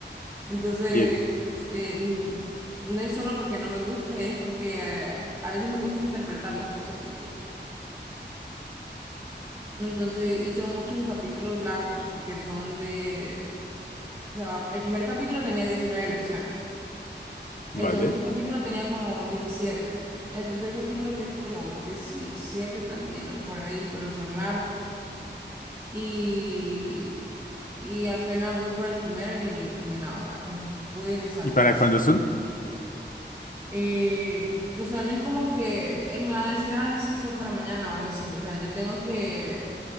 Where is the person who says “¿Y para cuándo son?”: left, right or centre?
Left